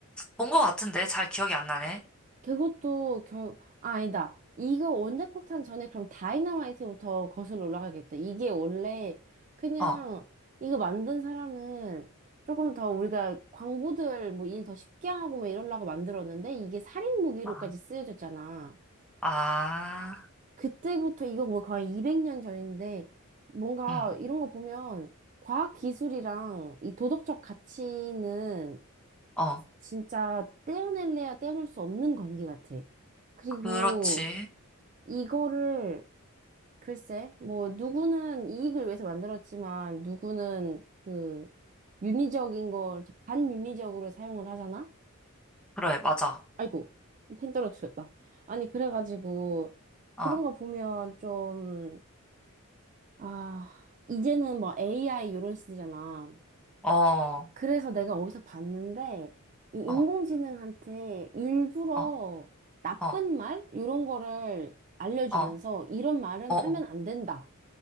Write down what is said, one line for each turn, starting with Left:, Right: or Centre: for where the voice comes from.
Centre: 본 것 같은데, 잘 기억이 안 나네.
Right: 그것도 결, 아, 아니다. 이거 원자폭탄 전에 그럼 다이너마이트부터 거슬러 올라가겠다. 이게 원래 그냥
Centre: 어,
Right: 이거 만든 사람은 조금 더 우리가 광부들 뭐 일 더 쉽게 하고 막 이러려고 만들었는데 이게 살인 무기로까지
Centre: 아,
Right: 쓰여졌잖아.
Centre: 아,
Right: 그때부터 이거 뭐 거의 200년 전인데 뭔가
Centre: 응,
Right: 이런 거 보면 과학 기술이랑 이 도덕적 가치는
Centre: 어,
Right: 진짜 떼어낼래야 떼어낼 수 없는 관계 같아. 그리고
Centre: 그렇지.
Right: 이거를 글쎄 뭐 누구는 이익을 위해서 만들었지만 누구는 그 윤리적인 걸 반윤리적으로 사용을 하잖아?
Centre: 그래, 맞아.
Right: 아이고 펜 떨어뜨렸다. 아니 그래가지고
Centre: 어,
Right: 그런 거 보면 좀 아, 이제는 뭐 AI 이런 시대잖아.
Centre: 어,
Right: 그래서 내가 어디서 봤는데, 이 인공지능한테
Centre: 어,
Right: 일부러
Centre: 어,
Right: 나쁜
Centre: 어,
Right: 말? 이런 거를 알려주면서
Centre: 어.
Right: 이런 말은
Centre: 어,
Right: 하면
Centre: 어.
Right: 안 된다.